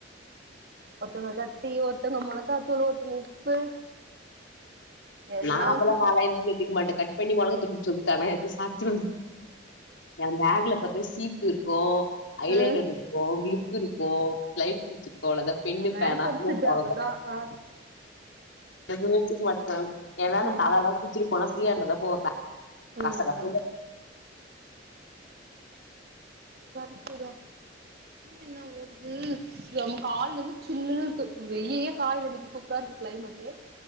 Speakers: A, on the right (about 55°); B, on the left (about 85°).
A: ஒருத்தங்க கத்தி ஒருத்தங்க மொளகாத்தூளு ஒருத்தங்க உப்பு எல்லா
B: நா அதல்லா
A: வச்சிருப்போ
B: நாளா எதுமே எத்திக்க மாட்டே கட் பண்ணி மொளகாதூளு உப்பு குத்தாங்கன்னா எத்து சாப் ஏ பேக்ல பாத்தா சீப் இருக்கு ஐலைனர்
A: ஆ
B: இரு கு கிளிப் இருக்கு லைட் குச்சிக்கு அவ்ளோதா பென்னு
A: மேக்
B: பேனா
A: அப்
B: நோட்
A: செட்டு
B: அவ்ளோதா
A: அவ்ளதா ஆ
B: எது வச்சுக்க மாட்டே ஏனா நா
A: ம்
B: தலல்லா குளுச்சுட்டு போனா ஃப்ரீயா இருந்தாதா போவே த கசகசனு
A: ம் கரெட்டுதா
B: ஆ
A: என்னா ஓடுது யம்மா காலேல இருந்து சில்லுனு இருக்கு வெய்யயே கால் வலிக்கு சூப்பரா இருக்கு கிளைமட்டு